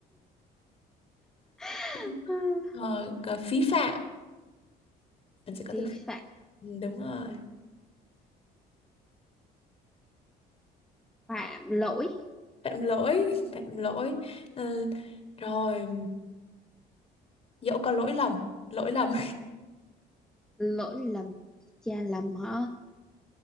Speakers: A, in the centre; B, on the left (about 35°).
A: <laughs>
B: <laughs> rồi còn phí phạm mình sẽ có
A: vi
B: từ phí-
A: phạm
B: ừ, đúng rồi
A: phạm lỗi
B: phạm lỗi phạm lỗi Ừ, rồi dẫu có lỗi lầm lỗi lầm
A: lỗi lầm cha lầm hả